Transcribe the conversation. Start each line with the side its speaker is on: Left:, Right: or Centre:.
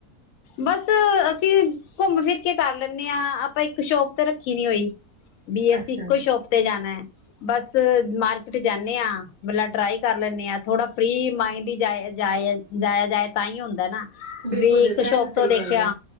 Left: ਬਸ ਅਸੀਂ ਘੁੰਮ ਫਿਰ ਕੇ ਕਰ ਲੈੇ ਹਾਂ ਆਪਾਂ ਇੱਕ ਸ਼ੋਪ ਤੇ ਰੱਖੀ ਨੀ ਹੋਈ ਬੀ ਐੱਸ
Right: ਅੱਛਾ।
Left: ਇੱਕੋ ਸ਼ੌਪ ਤੇ ਜਾਣਾ ਹੈ ਬਸ ਮਾਰਕੀਟ ਜਾਂਨਿਆ ਟਰਾਈ ਕਰ ਲੈਂਦੇ ਹਾਂ ਥੋੜਾ ਫ੍ਰੀ ਮਾਈੰਡ ਹੀ ਜਾਇਆ ਜਾਏ ਤਾਂ ਹੀ ਹੁੰਦਾ ਨਾ
Right: ਬਿਲਕੁਲ
Left: ਵੇਖ
Right: ਬਿਲਕੁਲ
Left: ਸ਼ੋਪ
Right: ਇਹ ਤਾਂ ਸਹੀ
Left: ਤੋਂ ਦੇਖਿਆ
Right: ਗੱਲ ਏ।